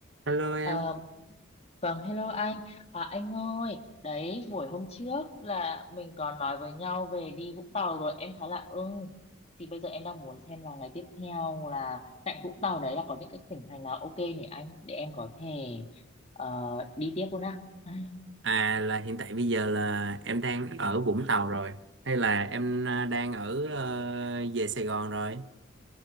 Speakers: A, on the right (about 65°); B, on the left (about 30°).
A: Hello em,
B: Ờ, vâng, hello anh. À, anh ơi, đấy, buổi hôm trước là mình còn nói với nhau về đi Vũng Tàu rồi, em khá là ưng. Thì bây giờ em đang muốn xem là ngày tiếp theo là cạnh Vũng Tàu đấy là có những cái tỉnh thành nào ok nhỉ anh, để em có thể ờ, đi tiếp luôn á. <laughs>
A: à là hiện tại bây giờ là em đang ở Vũng Tàu rồi hay là em à, đang ở ờ, về Sài Gòn rồi?